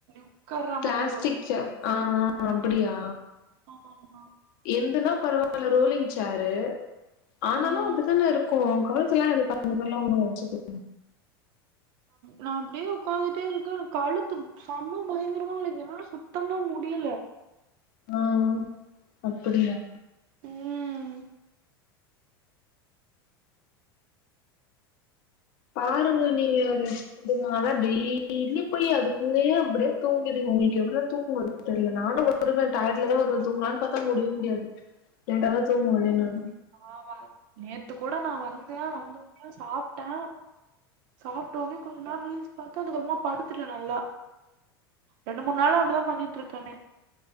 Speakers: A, on the right; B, on the left.
A: உக்கார்ற
B: பிளாஸ்டிக்
A: மாரி வரும்ல
B: சேர் ஆ ஆ அப்டியா
A: ஆமா
B: என்துன்னா பரவாயில்ல ரோலிங் சேரு ஆனாலு
A: ம்
B: அப்டித்தான இருக்கு கழுத் துல்லா இது <inaudible> நல்லா வலிச்சது
A: நா அப்டியே உக்காந்துட்டே இருக்கே எனக்கு கழுத்து செம பயங்கரமா வலிக்குது என்னால சுத்தமா முடியல
B: ஓ அப்டியா
A: ம்
B: பாருங்க நீங்க அத இதுனாலாதா டெய்லியு போய் அதுகூடயே அப்டியே தூங்குகிடுவே உங்களுக்கு எவ்ளோ தூக்கோ வரு தெரில நானு வருவே டயர்ட்லதா வருவே தூங்கலான்னு பாத்தா முடியவே முடியாது லேட்டாதா தூங்க முடியு நானு
A: ஆமா நேத்து கூட நா வந்தே வந்த ஒன்னயு சாப்ட்டே சாப்ட்ட ஒன்னே கொஞ்ச நேரோ ரீல்ஸ் பாத்தே அதுக்கப்பறமா படுத்துட்டே நல்லா ரெண்டு மூணு நாளா அப்டிதா பண்ணிட்டுருக்கனே